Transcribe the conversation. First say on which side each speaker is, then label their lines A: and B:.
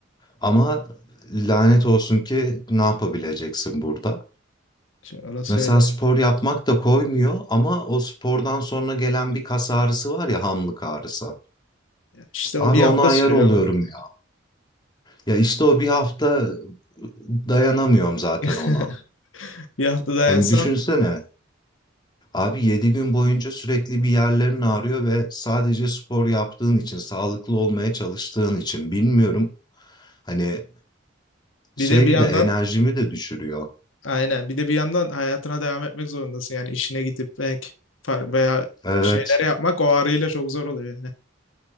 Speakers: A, on the left; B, on the left.
A: ama lanet olsun ki ne yapabileceksin burada.
B: Şimdi orası
A: Mesela
B: öyle.
A: spor yapmak da koymuyor ama o spordan sonra gelen bir kas ağrısı var ya hamlık ağrısı.
B: İşte
A: Abi
B: o bir hafta
A: ona ayar
B: sürüyor
A: oluyorum
B: ama.
A: ya. Ya işte o bir hafta dayanamıyorum zaten
B: <laughs>
A: ona.
B: Bir hafta dayansan
A: Hani düşünsene abi 7 gün boyunca sürekli bir yerlerin ağrıyor ve sadece spor yaptığın için, sağlıklı olmaya çalıştığın için bilmiyorum. Hani Şey
B: bir de bir
A: bir
B: yandan
A: de enerjimi de düşürüyor.
B: aynen bir de bir yandan hayatına devam etmek zorundasın. Yani işine gidip belki far- veya
A: Evet.
B: şeyleri yapmak o ağrıyla çok zor oluyor yani.